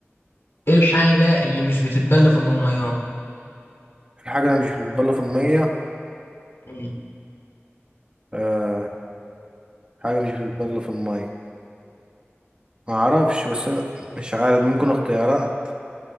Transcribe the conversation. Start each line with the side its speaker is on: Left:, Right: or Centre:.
Left: ايه الحاجة اللي مش بتتبل في الأميان؟
Right: الحاجة اللي مش بتتبل في المية
Left: مم.
Right: أه حاجة مش بتتبل في المية ما اعرفش بس أنا مش عارف ممكن اختيارات